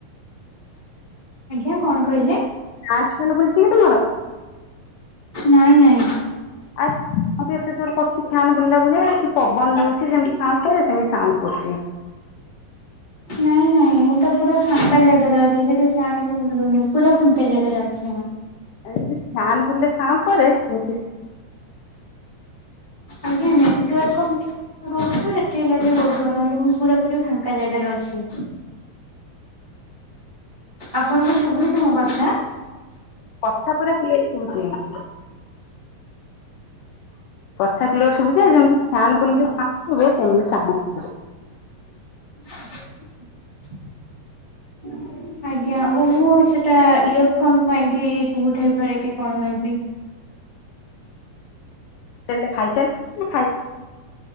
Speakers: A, on the right (about 20°); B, on the left (about 80°).
A: ଆଜ୍ଞା। କଣ କହିଲେ?
B: ଆଞ୍ଚନ ବୁଲଛି କି ତୁମର?
A: ନାଇଁ ନାଇଁ।
B: ଆକ୍ କଣ ପାଇଁ ଏତେ ଜୋରେ କରୁଚି ଫ୍ୟାନ୍ ବୁଲିଲା ଭଳିଆ କି ପବନ ରଉଛି ଯେମତି ସାଉଣ୍ଡ କରେ ସେମତି ସାଉଣ୍ଡ କରୁଛି।
A: ନାଇଁ ନାଇଁ ମୁଁ ତ ପୁରା ଫାଙ୍କା ଜାଗାରେ ଅଛି ସେଠି ଫ୍ୟାନ ବି ବୁଲୁନି ପୁରା ଫାଙ୍କା ଜାଗାରେ ଅଛି ମୁଁ।
B: ଯେମିତି ଫ୍ୟାନ ବୁଲିଲେ ସାଉଣ୍ଡ କରେ ସେମିତି
A: ଆଜ୍ଞା ନେଟୱାର୍କ ଟି <unintelligible> ସେଠିକି ଲାଗିବ ବହୁ ନହେଲେ ମୁଁ ପୁରାପୁରା ଫାଙ୍କା ଜାଗାରେ ଅଛି। ଆପଣଙ୍କୁ ଶୁଭିଛି ମୋ କଥା?
B: କଥା ପୁରା କ୍ଲିୟର ଶୁବୁଚି। କଥା କ୍ଲିୟର ଶୁଭୁଛି ଯେ ଯେମିତି ଫ୍ୟାନ ବୁଲିଲେ ସାଉଣ୍ଡ ହୁଏ। ସେମିତି ସାଉଣ୍ଡ ହଉଛି।
A: <unintelligible> <unintelligible> ଆଜ୍ଞା ଓହୋ ମୁଁ ସେଟା ଇୟର ଫୋନ ପାଇଁ କି ଶୁଭୁ ଥାଇ ପାରେ କି କଣ ଏମିତି।
B: ତେମେ ଖାଇସାରିଲଣି ନା ଖାଇ